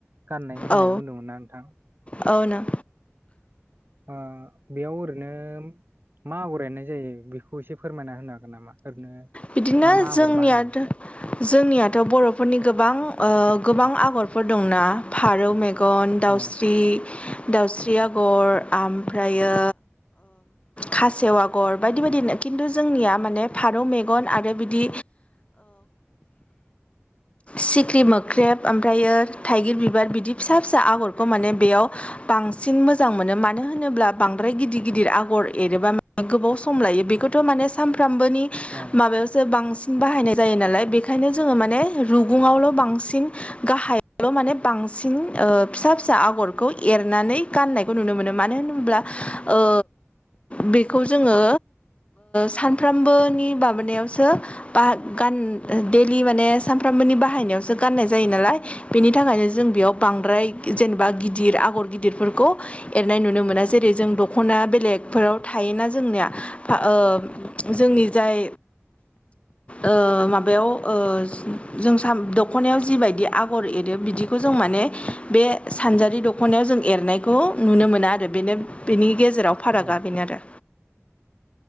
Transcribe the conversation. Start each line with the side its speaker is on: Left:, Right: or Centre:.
Right: गाननाय होननाय
Left: औ
Right: बुंदोंमोनना नोंथां?
Left: औ नों
Right: ओ बेयाव ओरैनो मा आगर एरनाय जायो बेखौ एसे फोरमायना होनो हागोन नामा ओरैनो
Left: बिदिनो
Right: मा मा आगर
Left: जोंनिया
Right: बाहायो
Left: जोंनियाथ' बर'फोरनि गोबां ओ गोबां आगरफोर दंना फारौ मे गन दाउस्रि
Right: औ
Left: दाउस्रि आगर आमफ्रायो खासेव आगर बायदि बायदि खिन्थु जोंनिया माने फारौ मेगन आरो बिदि सिख्रि मोख्रेब ओमफ्रायो थाइगिर बिबार बिदि फिसा फिसा आगरखौ माने बेयाव बांसिन मोजां मोनो मानो होनोब्ला बांद्राय गिदिर गिदिर आगर एरोबा गोबाव सम लायो बेखौ थ' माने सानफ्रामबोनि
Right: औ
Left: माबायावसो बांसिन बाहायनाय जायो नालाय बेखायनो जोङो माने रुगुङावल' बांसिन गाहायावल' माने बांसिन ओ फिसा फिसा आगरखौ ए एरनानै गानायखौ नुनो मोनो मानो होनोब्ला ओ बेखौ जोङो सानफ्रोमबोनि माबानायावसो बा गान डेलि माने सानफ्रामबोनि बाहायनायावसो गाननाय जायो नालाय बेनि थाखायनो जों बेयाव बांद्राय जेनेबा गिदिर आगर गिदिरफोरखौ एरनाय नुनो मोना जेरै जों दख'ना बेलेगफोराव थायोना जोंनिया ओ जोंनि जाय ओ माबायाव ओ जों साम दख'नायाव जिबायदि आगर एरो बिदिखौ जों माने बे सानजारि दख'नायाव जों एरनायखौ नुनो मोना आरो बेनो बेनि गेजेराव फारागा
Right: औ
Left: बेनो आरो।